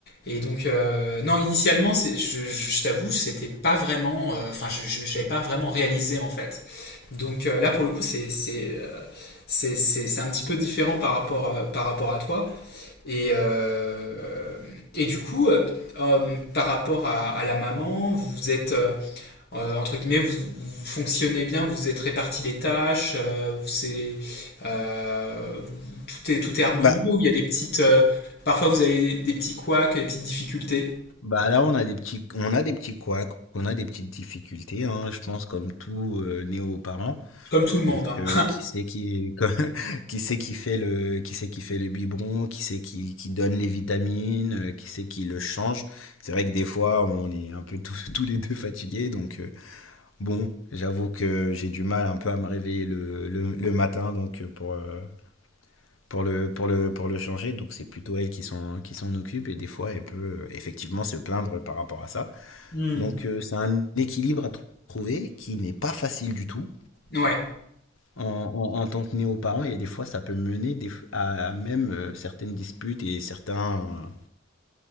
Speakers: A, on the left; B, on the left.
A: Et donc, euh, non, initialement, c'est- je, je- je t'avoue, c'était pas vraiment. euh, Enfin, je je- j'avais pas vraiment réalisé, en fait. Donc euh, là, pour le coup, c'est c'est, euh, c'est- c'est- c'est un petit peu différent par rapport, euh, par rapport à toi. Et, euh, et du coup, euh, euh, par rapport à, à la maman, vous êtes. euh, euh, entre guillemets, vous, vous fonctionnez bien, vous êtes répartis les tâches, euh, c'est, euh, tout est, tout est harmonieux,
B: Bah,
A: ou il y a des petites, euh, parfois vous avez des petits couacs, des petites difficultés,
B: bah là, on a des petits, on a des petits couacs, on a des petites difficultés, hein, je pense, comme tout euh, néo-parent.
A: comme tout le monde,
B: Donc
A: hein.
B: euh, qui c'est qui <laughs> qui c'est qui fait le qui c'est qui fait le biberon, qui c'est qui, qui donne les vitamines, euh, qui c'est qui le change. C'est vrai que des fois on est un peu tous, <laughs> tous les deux fatigués donc euh, bon, j'avoue que j'ai du mal un peu à me réveiller le, le, le matin donc euh, pour euh, pour le pour le pour le changer donc c'est plutôt elle qui s'en qui s'en occupe et des fois elle peut euh, effectivement se plaindre par rapport à ça.
A: Hmm.
B: Donc euh, c'est un équilibre à tr- trouver qui n'est pas facile du tout
A: Ouais.
B: en, en- en tant que néo-parent et des fois ça peut mener des, à, à même euh, certaines disputes et certains,